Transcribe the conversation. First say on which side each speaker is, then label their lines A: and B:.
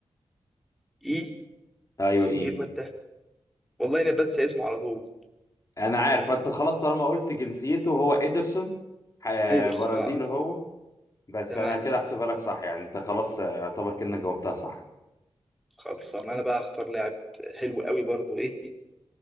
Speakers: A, in the centre; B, on the left.
A: ايه
B: ايوه
A: اسمه
B: ايه
A: ايه الواد ده والله انا بنسى اسمه على طول
B: انا عارف انت خلاص طالما قلت جنسيته هو ايدرسون ح-
A: ايدرسون
B: برازيلي
A: اه
B: هو بس
A: تمام
B: انا كده احسبها لك صح يعني انت خلاص اعتبر كأنك جاوبتها صح
A: خالص انا بقى هختار لاعب حلو قوي برضو ايه